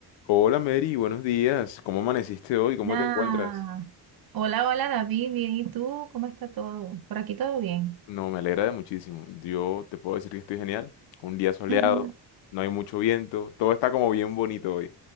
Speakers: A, on the left; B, on the right.
A: Hola Mary, buenos días. ¿Cómo amaneciste hoy?
B: Hola,
A: ¿Cómo te encuentras?
B: hola, hola David, bien, ¿y tú? ¿Cómo está todo? Por aquí todo bien.
A: No, me alegra de muchísimo. Yo te puedo decir que estoy genial. Un día soleado,
B: Ujú.
A: no hay mucho viento, todo está como bien bonito hoy.